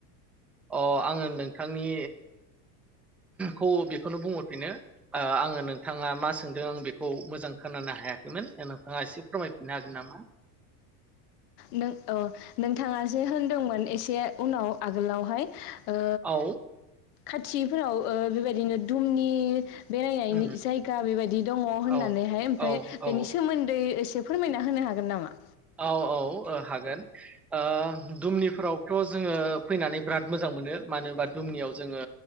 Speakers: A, in the centre; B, on the left.
A: अ आङो नोंथांनि खौ बेखौनो बुंहरफिनो आङो नोंथाङा मा सोंदों आं बेखौ मोजां खोनानो हायाखैमोन नोंथाङा एसे फोरमायफिननो हागोन नामा?
B: नों औ नोंथाङ जे होनदोंमोन एसे उनाव आगोलावहाय ओ
A: औ
B: खाथिफोराव ओ बेबायदिनो दुमनि बेरायनायनि
A: उम
B: जायगा बेबायदि दङ होननानैहाय
A: औ
B: ओमफ्राय
A: औ औ
B: बेनि सोमोन्दै एसे फोरमायना होनो हागोन नामा?
A: औ औ ओ हागोन ओ दुमनिफोरावथ' जोङो फैनानै बिराद मोजां मोनो मानोबा दुमनियाव जोङो